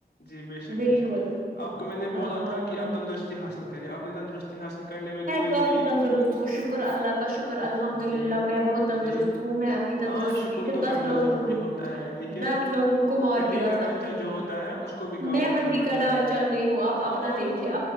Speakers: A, on the left; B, on the right.
A: جی بے شک
B: بالکل
A: بے شک آپ کو میں نے
B: ہاں
A: بولا تھا کہ آپ تندرستی حاصل کریں آپ نے تندرستی حاصل کرنے میں کوئی
B: کافی
A: بھی
B: تندرست ہوں شکر اللہ کا شکر الحمد
A: جی
B: للہ میں بہت تندرست
A: جی
B: ہوں میں اپنی تندرست
A: ہاں شکر
B: سے
A: تو
B: دس
A: کرنا
B: لوگوں
A: ضروری
B: کو
A: ہوتا ہے لیکن
B: دس لوگوں کو مار
A: ہڈی
B: گرا
A: کا ڈھانچہ
B: سکتی
A: جو
B: ہوں
A: ہوتا ہے اس کو بھی کام
B: میں
A: کرنا
B: ہڈی
A: پڑتا
B: گڑ
A: ہے
B: چاہ نہیں ہوں آپ اپنا
A: کو
B: دیکھیے
A: نہیں